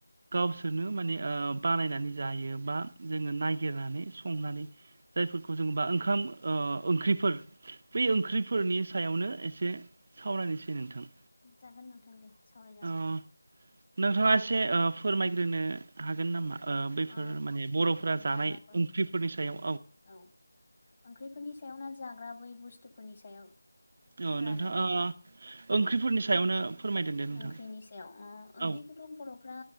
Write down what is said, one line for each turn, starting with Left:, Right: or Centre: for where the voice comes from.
Right: गावसोरनो माने बानायनानै जायो बा जोङो नायागिरनानै संनानै जायफोरखौ जोबा ओंखाम ओ ओंख्रिफोर बै ओंख्रिफोरनि सायावनो एसे सावरायनोसै नोंथां।
Left: जागोन नोंथां दे सावराय जागोन‌।
Right: ओ नोंथाङा एसे फोरमायग्रोनो हागोन नामा बैफोर
Left: अ
Right: माने बर'फोरा जानाय
Left: जाग्राफोर
Right: ओंख्रिफोरनि सायाव
Left: औ ओंख्रिफोरनि सायाव ना जा बै बुस्थुफोरनि सायाव
Right: अ
Left: रालायनो
Right: नोंथाङा ओंख्रिफोरनि सायावनो। फोरमायदों दे नोंथां
Left: ओंख्रिनि सायाव अ ओंख्रिखौथ'
Right: औ
Left: बर' फ्रा